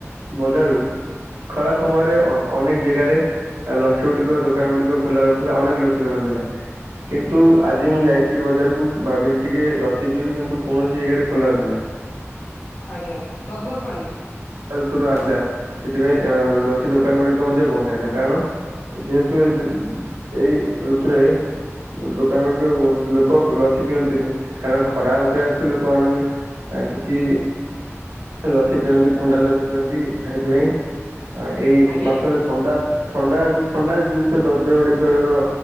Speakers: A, on the right (about 90°); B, on the left (about 35°).
A: ବଜାରକୁ ଖରା
B: ଆଜ୍ଞା
A: ସମୟରେ ଅନେକ ଜାଗାରେ ଲସି ଗୁଡିକ ଦୋକାନ ଗୁଡିକ ଖୋଲା ରହୁଥିଲା, ଅନେକ ଲସି ଦୋକାନ ଥିଲା କିନ୍ତୁ ଆଜି ମୁଁ ଯାଇଥିଲି ବଜାରକୁ ଭାବିଲି ଟିକେ ଲସି କିନ୍ତୁ କୌଣସି ଜେଗାରେ ଖୋଲା ନଥିଲା।
B: ଆଜ୍ଞା ସରବତ ପାଣି
A: ଋତୁ ଆ <unintelligible> ଲା ସେଥିପାଇଁ
B: ଆଜ୍ଞା।
A: ଲସି ଦୋକାନ ଗୁଡିକ ମଧ୍ୟ ବନ୍ଦ ହେଲା କାରଣ ଯେହେତୁ ଏ ଏଇ ଋତୁରେ ଦୋକାନ ଗୁଡିକ ଲୋକ ଲସି ପିଅନ୍ତିନି, କାରଣ ଖରା ହଉଥିବା ହେତୁ ଲୋକ ମାନେ ଆ କିଛି ଲସି ପିଅନ୍ତି, ଥଣ୍ଡା ଲସି ପିଅନ୍ତି ସେଥିପାଇଁ। ହ ଏଇ
B: ଆଜ୍ଞା
A: ମାସରେ ଥଣ୍ଡା ଥଣ୍ଡା ଏବଂ ଥଣ୍ଡା ଜିନିଷ ଦ୍ରବ୍ୟ ଗୁଡିକର